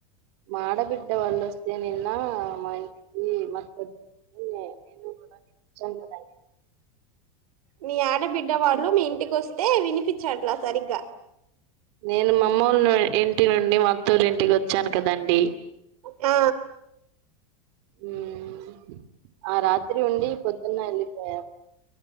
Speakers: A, on the right; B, on the right.
A: మాఆడబిడ్డ వళ్ళ వస్తే నిన్న మా ఇంటికి మ నను కూడా చైన బాయ
B: మీ ఆడబిడ్డ వాళ్ళ మీ ఇంటికి వస్తే వినిపించట్లా సరిగ్గా
A: నేను మామ్మూలు ఇంటి నుండి మా అత్తూలు ఇంటికి వచ్చాను కదండి
B: ఆ
A: మ్ ఆ రాత్రి రాత్రి ఉండి పొద్దున్న వెళ్ళిపో